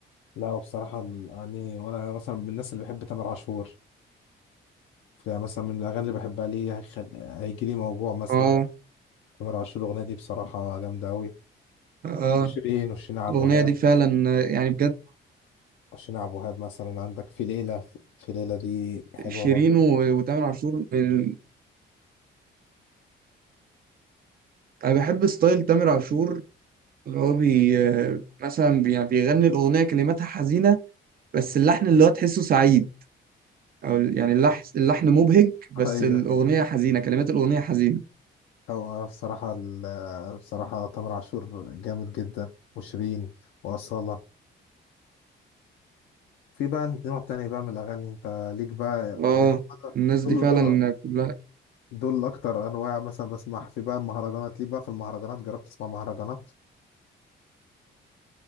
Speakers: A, on the left; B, on the right.
A: لا وبصراحة الأغاني وأنا مثلا من الناس اللي بحب تامر عاشور فمثلا من الأغاني اللي بحبها ليه هيخل... هيجي لي موجوع مثلا
B: اه
A: تامر عاشور الأغنية دي بصراحة جامدة أوي
B: اه
A: وشيرين وشيرين عبد
B: الأغنية
A: الوهاب
B: دي فعلا آه، يعني بجد
A: وشيرين عبد الوهاب مثلا عندك في ليلة في ليلة دي حلوة
B: شيرين
A: برضه
B: و- وتامر عاشور ال- أنا بحب ستايل تامر عاشور اللي هو بي آه، مثلا بي- يعني بيغني الأغنية كلماتها حزينة بس اللحن اللي هو تحسه سعيد او ال- يعني اللحن اللحن مبهج بس
A: ايوه
B: الاغنيه حزينه كلمات الاغنيه حزينه
A: هو بصراحة ال- بصراحة تامر عاشور جامد جدا وشيرين وأصالة في بقى نوع تاني بقى من الأغاني أنت ليك بقى
B: اه
A: يعني هو
B: الناس دي
A: دول
B: فعلا
A: دول
B: كلها
A: دول أكتر أنواع مثلا بسمعها في بقى المهرجانات ليك بقى في المهرجانات جربت تسمع مهرجانات؟